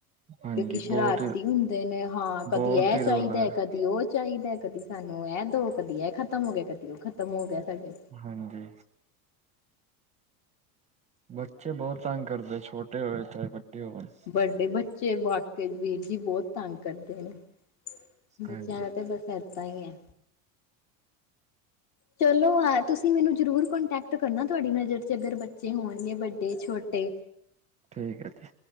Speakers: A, on the right; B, on the left.
A: ਹਾਂਜੀ
B: ਕਿਉਕਿ ਸ਼ਰਾਰਤੀ
A: ਬਹੁਤ ਹੀ
B: ਹੁੰਦੇ ਨੇ, ਹਾਂ ਕਦੀ
A: ਬਹੁਤ
B: ਇਹ
A: ਹੀ ਰੌਲਾ
B: ਚਾਹੀਦਾ,
A: ਹੈ
B: ਕਦੀ ਉਹ ਚਾਹੀਦਾ ਕਦੀ ਸਾਨੂੰ ਇਹ ਦੋ, ਕਦੀ ਇਹ ਖਤਮ ਹੋ ਗਿਆ, ਕਦੀ ਉਹ ਖਤਮ ਹੋ ਗਿਆ, ਸਾਡੇ
A: ਹਾਂਜੀ ਬੱਚੇ ਬਹੁਤ ਤੰਗ ਕਰਦੇ, ਛੋਟੇ ਹੋਏ, ਚਾਹੇ ਵੱਡੇ ਹੋਏ
B: ਵੱਡੇ ਬੱਚੇ ਵਾਕੇਈ, ਵੀਰ ਜੀ ਬਹੁਤ ਤੰਗ ਕਰਦੇ ਨੇ ਬੱਚਿਆਂ
A: ਹਾਂਜੀ
B: ਦਾ ਤੇ ਬਸ ਏਦਾਂ ਹੀ ਹੈ ਚਲੋ ਹਾਂ ਤੁਸੀਂ ਤੁਸੀਂ ਮੈਨੂੰ ਜ਼ਰੂਰ ਕੋਂਟੈਕਟ ਕਰਨਾ, ਤੁਹਾਡੀ ਨਜ਼ਰ 'ਚ ਅਗਰ ਬੱਚੇ ਹੋਣਗੇ, ਵੱਡੇ ਛੋਟੇ
A: ਠੀਕ ਐ ਜੀ